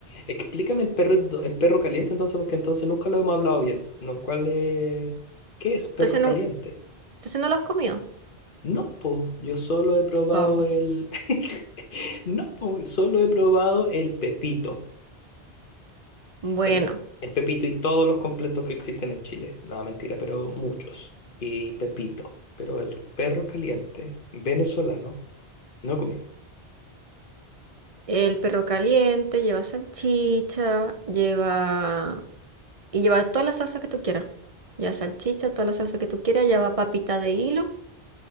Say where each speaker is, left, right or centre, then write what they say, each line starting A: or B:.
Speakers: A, on the left; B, on the right.
A: Explícame el perro, do- el perro caliente entonces, porque entonces nunca lo hemos hablado bien. ¿No? ¿Cuál es? ¿Qué es perro
B: Entonces
A: caliente?
B: no, entonces no lo has comido.
A: No, po, yo solo he probado
B: ¿Cómo?
A: el... <laughs> No, po, solo he probado el Pepito.
B: Bueno,
A: El, el Pepito y todos los completos que existen en Chile. No, mentira, pero muchos. Y Pepito. Pero el perro caliente venezolano no comió.
B: el perro caliente lleva salchicha, lleva y lleva toda la salsa que tú quieras. Ya salchicha, toda la salsa que tú quieras, lleva papita de hilo.